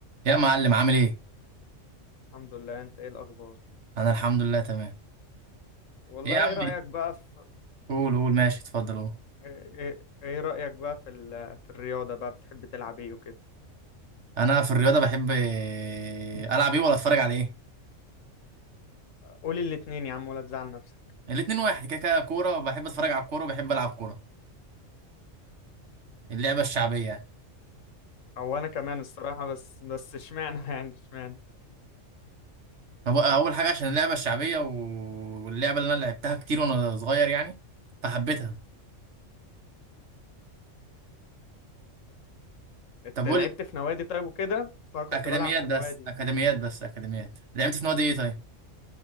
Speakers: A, on the right; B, on the left.
A: يا معلم عامل ايه
B: الحمد لله انت ايه الاخبار
A: انا الحمد لله تمام
B: والله
A: ايه يا عم
B: ايه رايك بقى في
A: قول قول ماشي اتفضل اهو
B: ايه, ايه ايه رايك بقى في ال... في الرياضه بقى بتحب تلعب ايه وكده
A: انا في الرياضه بحب إيه، العب ايه ولا اتفرج على ايه
B: قولي الاتنين يا عم ولا تزعل نفسك
A: الاتنين واحد كده كده كوره بحب اتفرج على الكوره وبحب العب كوره اللعبه الشعبيه يعني
B: او انا كمان الصراحه بس بس اشمعنى <laughs> يعني اشمعنى
A: أبو- اول حاجه عشان اللعبه الشعبيه و- واللعبه اللي انا لعبتها كتير وانا صغير يعني فحبيتها
B: انت
A: طب قول
B: لعبت في نوادي طيب وكده بس انا كنت
A: اكاديميات
B: بلعب في
A: بس
B: نوادي
A: اكاديميات بس اكاديميات لعبت في نادي ايه طيب